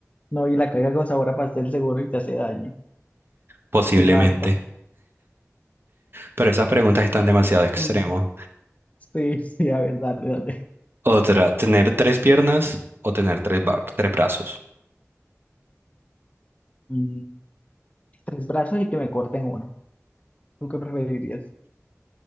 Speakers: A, on the left; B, on the right.
A: No, y la caga con sabor a pastel seguro y te hace daño.
B: posiblemente.
A: Te mata.
B: Pero esas preguntas están demasiado extremos.
A: Mm, Sí, sí, a ver, dale, dale.
B: Otra, tener tres piernas o tener tres, bar- tres brazos.
A: Mm, Tres brazos y que me corten uno. ¿Tú qué preferirías?